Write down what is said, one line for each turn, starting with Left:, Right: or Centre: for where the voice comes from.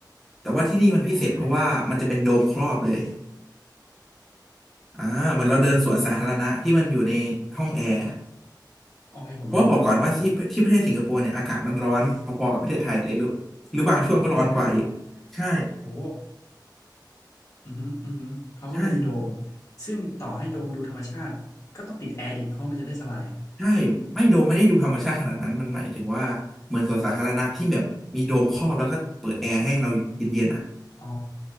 Centre: แต่ว่าที่นี่มันพิเศษเพราะว่ามันจะเป็นโดมครอบเลย
Left: โอเค
Centre: อ่าเหมือนเราเดินสวนสาธารณะที่มันอยู่ในห้องแอร์
Left: ว้าวโอเคผมนึกภาพออกละ
Centre: เพราะว่าบอกก่อนว่าที่ที่ประเทศสิงคโปร์เนี่ยอากาศมันร้อนพอๆกับประเทศไทยเลยหรือหรือบางช่วงก็ร้อนกว่าอีก
Left: ร้อนเหมือนเลยเหรอ
Centre: ใช่
Left: โอ้อือฮึอือฮึเขาก็เลยมีโดม
Centre: ใช่
Left: ซึ่งต่อให้โดมดูธรรมชาติก็ต้องติดแอร์อีกเพราะมันจะได้สบาย
Centre: ใช่ไม่โดมไม่ได้ดูธรรมชาติขนาดนั้นมันหมายถึงว่าเหมือนสวนสาธารณะที่แบบมีโดมครอบแล้วก็เปิดแอร์ให้เราเย็นๆอ่ะ
Left: อ๋อ